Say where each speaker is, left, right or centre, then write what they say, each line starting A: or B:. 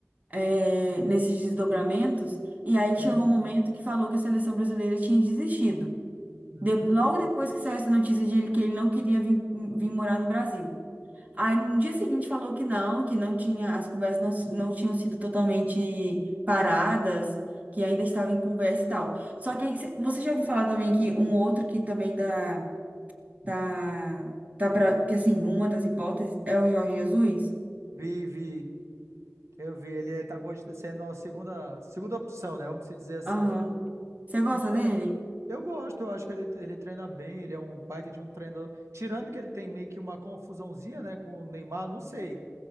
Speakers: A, on the right; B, on the right.
A: é, nesses desdobramentos, e aí chegou
B: Uhum,
A: um momento que falou que a seleção brasileira tinha desistido.
B: uhum.
A: De- logo depois que saiu essa notícia de que ele não queria vir, vir morar no Brasil. Aí no dia seguinte falou que não, que não tinha, as conversas não, se- não tinham sido totalmente paradas, que ainda estava em conversa e tal. Só que aí cê- você já ouviu falar também que um outro que também tá, tá, tá pra, que assim, uma das hipóteses é o Jorge Jesus?
B: Vi, vi, eu vi, ele tá cogit- sendo a segunda, segunda opção, né? Vamos se dizer assim.
A: Aham. Você gosta
B: Então,
A: dele?
B: eu gosto, eu acho que ele, ele treina bem, ele é um baita de um treinador. Tirando que ele tem meio que uma confusãozinha, né, com o Neymar, não sei.